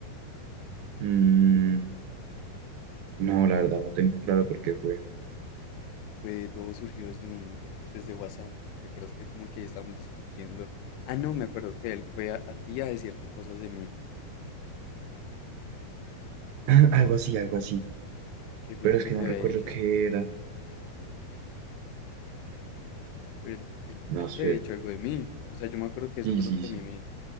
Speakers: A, on the right (about 80°); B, on the left (about 85°).
A: Mm, no, la verdad, no tengo claro por qué fue. <laughs>
B: Fue todo surgió desde un, desde WhatsApp. ¿Te acuerdas que como que estábamos discutiendo? Ah, no, me acuerdo que él fue a, a ti a decirte cosas de mí.
A: <clears throat> Algo así, algo así.
B: ¿Qué fue
A: Pero
B: lo
A: es
B: que
A: que
B: te
A: no recuerdo
B: había dicho?
A: qué era.
B: Pero él, él-
A: No
B: él te
A: sé.
B: había hecho algo de mí. O sea, yo me acuerdo que eso
A: Sí,
B: fue
A: sí,
B: lo que
A: sí.
B: a mí me...